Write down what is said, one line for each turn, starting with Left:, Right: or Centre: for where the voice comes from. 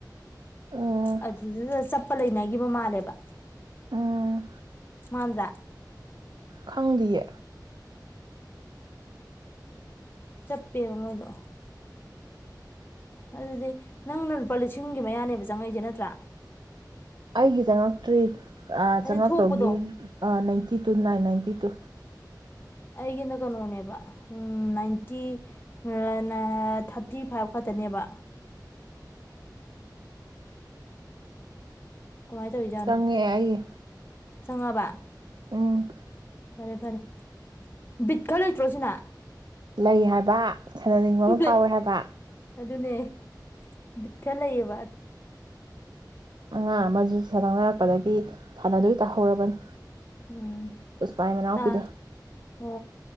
Right: ꯑꯣ
Left: ꯑꯗꯨꯗꯨꯗ ꯆꯞ ꯆꯞꯄ ꯂꯩꯅꯈꯤꯕ ꯃꯥꯜꯂꯦꯕ
Right: ꯎꯝ
Left: ꯃꯥꯟꯗ꯭ꯔꯥ
Right: ꯈꯪꯗꯤꯌꯦ
Left: ꯆꯞꯄꯦꯕ ꯃꯣꯏꯗꯣ꯫ ꯑꯗꯨꯗꯤ ꯅꯪꯅ ꯂꯨꯄꯥ ꯂꯤꯁꯤꯡꯒꯤ ꯃꯌꯥꯅꯦꯕ ꯆꯪꯉꯛꯏꯁꯦ ꯅꯠꯇ꯭ꯔꯥ꯫
Right: ꯑꯩꯒꯤ ꯆꯉꯛꯇ꯭ꯔꯤ
Left: ꯍꯥꯏꯗꯤ
Right: ꯆꯪꯉꯛꯇꯧꯒꯤ
Left: ꯊꯣꯛꯄꯗꯣ
Right: ꯑ ꯅꯥꯏꯟꯇꯤ ꯇꯤ ꯇꯨ ꯅꯥꯏꯟ ꯅꯥꯏꯟꯇꯤ ꯇꯨ
Left: ꯑꯩꯒꯤꯅ ꯀꯅꯣꯅꯦꯕ ꯅꯥꯏꯟꯇꯤ ꯅꯥ ꯊꯥꯔꯇꯤ ꯐꯥꯏꯞ ꯈꯛꯇꯅꯦꯕ꯫ ꯀꯃꯥꯏꯅ ꯇꯧꯔꯤꯖꯥꯠꯅꯣ꯫
Right: ꯆꯪꯉꯛꯑꯦ ꯑꯩꯒꯤ
Left: ꯆꯪꯉꯛꯑꯕꯥ꯫
Right: ꯎꯝ
Left: ꯐꯔꯦ ꯐꯔꯦ ꯕꯤꯠ ꯈꯔ ꯂꯩꯇ꯭ꯔꯣ ꯁꯤꯅ꯫
Right: ꯂꯩ ꯍꯥꯏ ꯍꯥꯏꯕ ꯁꯥꯟꯅꯅꯤꯡꯕ ꯑꯃ
Left: ꯂꯩ
Right: ꯐꯥꯎꯋꯦ ꯍꯥꯏꯕ
Left: ꯑꯗꯨꯅꯦ ꯕꯤꯠ ꯈꯔ ꯂꯩꯌꯦꯕ
Right: ꯑꯉꯥꯡ ꯑꯃꯁꯨ ꯁꯥꯟ ꯁꯥꯟꯂꯥꯛꯄꯗꯒꯤ ꯁꯥꯟꯅꯗꯣꯏ ꯇꯥꯍꯧꯔꯕꯅꯤ
Left: ꯎꯝ
Right: ꯄꯨꯁꯄꯥꯏ ꯃꯅꯥꯎꯄꯤꯗꯣ
Left: ꯇ ꯍ